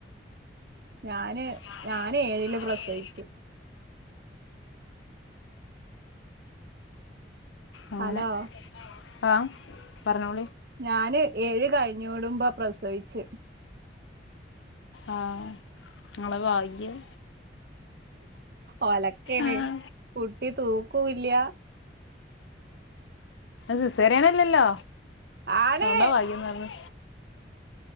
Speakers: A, on the right; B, on the left.
A: ഞാന്
B: ഞാന്
A: ഏഴില്
B: ഞാന്
A: പ്രസവിച്ചു
B: എയില് അങ്ങനെ
A: ഹലോ
B: ആഹ് പറഞ്ഞോളി
A: ഞാന് ഏഴ് കഴിഞ്ഞോടുമ്പ പ്രസവിച്ച്
B: ആഹ് ഇങ്ങളെ വാഗ്യം
A: ഒലക്കെണ്
B: ആഹ്
A: കുട്ടി തൂക്കുല്ല
B: സിസേറിയനല്ലല്ലോ
A: ആണ്
B: അതോണ്ടോ ഭാഗ്യം ന്ന് പർഞ്ഞെ